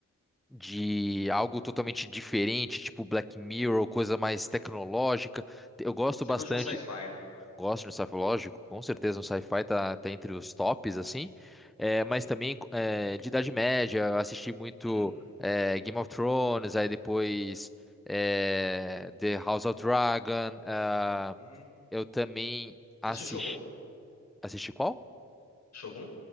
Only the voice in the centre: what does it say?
de algo totalmente diferente, tipo Black Mirror, coisa mais tecnológica, eu gosto
bastante
Gosto de um sci-fi, lógico, com certeza um sci-fi tá, tá entre os tops, assim, é, mas
também é, de Idade Média, eu assisti muito
é, Game of Thrones, aí depois é, The House of Dragon, ah,
eu também assisti,
assisti qual?